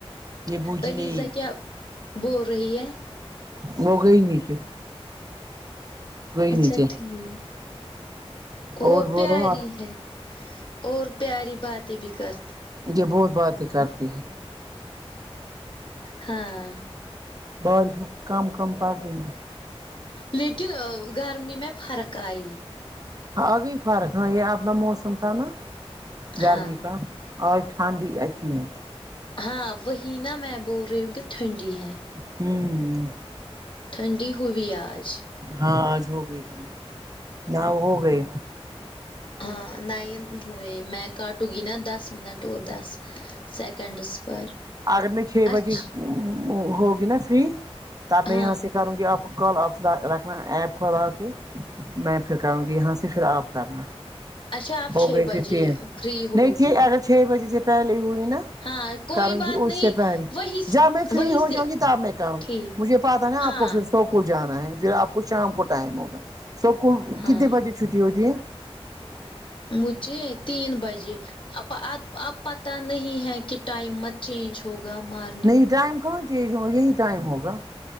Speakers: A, on the right; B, on the left.
A: یہ بوجی
B: علیزہ
A: نہیں
B: کیا بول رہی ہے
A: وہ گئی نہیں کیا
B: اچھا
A: نیچے
B: ٹھیک وہ
A: اور بولو
B: پیاری
A: آپ
B: ہے اور پیاری باتیں بھی کر
A: یے بہت باتیں کرتی ہے
B: ہاں
A: بازو کم کم پڑری
B: لیکن گرمی میں فرق آئی
A: ابھی فرق نہیں ہے اپنا موسم تھا نا گرمی
B: ہاں
A: کا آج ٹھنڈی اچھی ہے
B: ہاں وہی نا میں بول رہی ہوں کی ٹھنڈی ہے
A: ہمم
B: ٹھنڈی ہوئی آج
A: ہاں آج ہوگئی ٹھنڈی یہاں ہو گئ
B: ہاں نائن ہوئے میں کٹ ٹو گی نا دس منٹ اور دس سیکنڈس پر
A: اگر میں چھ
B: اچ
A: بجے ہوگی نا فری تب
B: ہاں
A: میں یہاں سے کروں گی آپ کال آف رکھنا ایپ کھولا رکھیے میں پھر کروں گی یہاں سے پھر آپ کرنا
B: اچھا آپ
A: ہو
B: چھ
A: گئی
B: بجے
A: پھر <unintelligible>
B: فری ہوگی
A: نہیں تھی اگر چھ بجے سے پہلے ہوئی نا
B: ہاں کوئی
A: کروں
B: بات
A: گی اس
B: نہیں
A: سے پہلے
B: وہی
A: جب میں فری
B: وہی
A: ہو
B: سے
A: جو گی تب میں کروں گی
B: ٹھیک
A: مجھے پتہ نہیں آپ
B: ہاں
A: کو پھر سو کو جانا ہے پھر آپ کو شام کو ٹائم ہوگا سب کو
B: ہاں
A: کتنے بجے چھٹی ہوتی ہے
B: مجھے تین بجے اب اب پتہ نہیں ہے کہ ٹائم مت چینج ہوگا مار
A: نہیں ٹائم کہاں چینج ہوا یہی ٹائم ہوگا